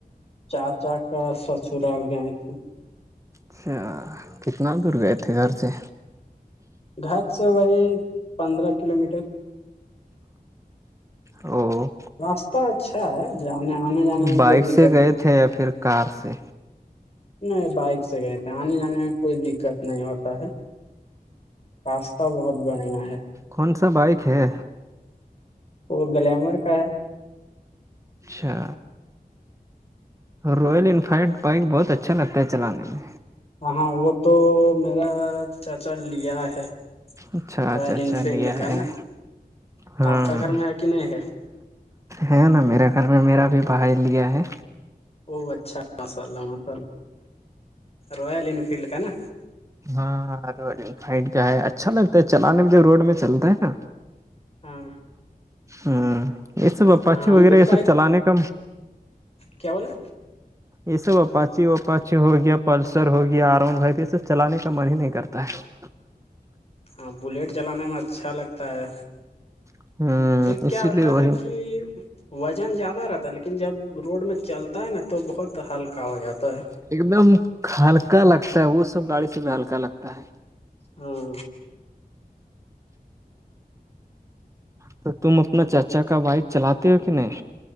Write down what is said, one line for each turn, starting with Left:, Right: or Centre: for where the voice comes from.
Left: چاچا کا سسرال گئے تھے
Right: اچھا کتنا دور گئے تھے گھر سے
Left: گاٹ س وہ ہے پندر کلو میٹر
Right: او
Left: راستہ اچھا ہے جان آنے جانے میں
Right: بائک
Left: کوئی دقت
Right: سے گئے
Left: نہیں
Right: تھے یا پھر کار سے
Left: نہیں بائک سے گئے تھے آنے جانے میں کوئی دقت نہیں ہوتا ہے راسہ بہت بڑھیا ہے
Right: کون سا بائک ہے
Left: وہ گلیمر کا ہے
Right: اچھا روائل انفیلڈ بائک بہت اچھا لگتا ہے چلانے میں
Left: ہاں, ہاں وہ تو میرا چاچا لیا ہے
Right: اچھا
Left: رائل
Right: اچھا اچھا
Left: انفیلڈ
Right: لیا
Left: کا
Right: ہے
Left: نا
Right: ہاں
Left: آپ کا گھر میں ہے کہ نہیں ہے
Right: ہے نا میرے گھر میں میرا بھی بھائی لیا ہے
Left: او اچھا ماشاء اللہ ماشاء اللہ رائل انفیلڈ کا نا
Right: ہاں سائڈ کا ہے اچھا لگتا ہے چلانے میں ج روڈ میں چلتا ہے نا
Left: ہاں
Right: ہوں یہ سب اپاچے
Left: ہاں ہم
Right: وغیرہ
Left: بھی
Right: یہ
Left: بائک
Right: سب چلانے کا
Left: کیا بولا
Right: یہ سب اپاچی واچی ہو گیا پلسر ہو گیا آرامڈ وائپ یہ سب چلانے کا من ہی نہیں کرتا ہے
Left: ہاں بلیٹ چلانے میں اچھا لگتا ہے
Right: ہے ہ
Left: دیکھ
Right: اسی
Left: کیا ہوتا
Right: لیے
Left: ہے
Right: وہی
Left: ن کہ وزن زیادہ رہتا ہے لیکن جب روڈ میں چلتا ہے نا تو بہت ہلکا ہو جاتا ہے
Right: ایک دم ہلکا لگتا ہے وہ سب گاڑی سے بھی ہلکا لگتا ہے
Left: ہاں
Right: تو تم اپنا چاچا کا بائک چلاتے ہو کہ نہیں